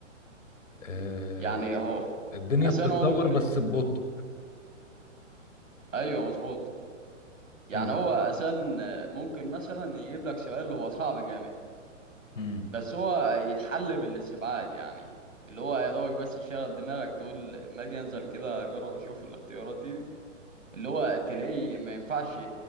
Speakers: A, on the left; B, on the right.
A: آه
B: يعني هو
A: الدنيا
B: اسان
A: بتتطور
B: هو ممكن
A: بس ببطء
B: ايوه مظبوط يعني
A: مم.
B: هو اسان ممكن مثلا يجيب لك سؤال هو صعب جامد
A: مم.
B: بس هو يتحل بالاستبعاد يعني اللي هو يا دوبك بس يشغل دماغك تقول ما اجي انزل كده اجرب اشوف الاختيارات دي, دي اللي هو تلاقيه ما ينفعش